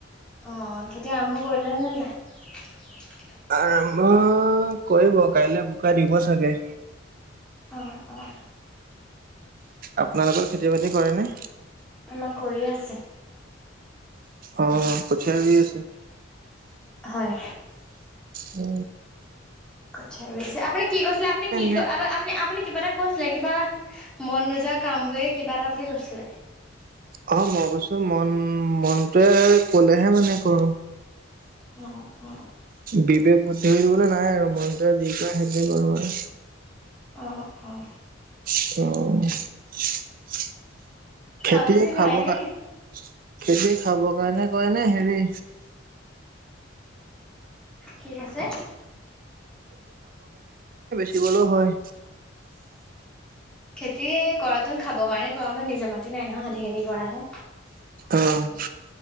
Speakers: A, in the centre; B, on the right.
A: অ' খেতি আৰম্ভ কৰিলে নে নাই?
B: আৰম্ভ কৰিব, কাইলৈ বোকা দিব চাগে।
A: অ', অ'।
B: আপোনালোকৰ খেতি বাতি কৰেনে?
A: আমাৰ কৰিয়ে আছে।
B: অ' কঠিয়ীয়া ৰুই আছে?
A: হয়।
B: উ।
A: কঠিয়া ৰুই আছে। আপুনি কি কৈছিলে, আপুনি কি
B: নে
A: আপনি আপুনি কিবা এটা কৈছিলে কিবা। মন নোযোৱা কামবোৰে কিবা এটা বুলি কৈছিলে।
B: অ' মই কৈছোঁ মন মনটোৱে কলেহে মানে কৰোঁ।
A: অ', অ'।
B: বিবেক বুদ্ধি হৈ দিবলৈ নাই আৰু, মনটো যি কৰে সেইটোৱে কৰোঁ আৰু।
A: অ', অ'।
B: অ'। খেতি
A: চাউল বেছি
B: খাব
A: হোৱাই নাই
B: কাৰ,
A: নি?
B: খেতি খাব কাৰণে কৰে নে হেৰি
A: কি কৈছে?
B: শিকিবলৈ হয়।
A: খেতি কৰাটোন খাব কাৰণে কৰোঁ, আমাৰ নিজৰ মাটি নাই নহয়, আধি খেতি কৰাহে।
B: অ'।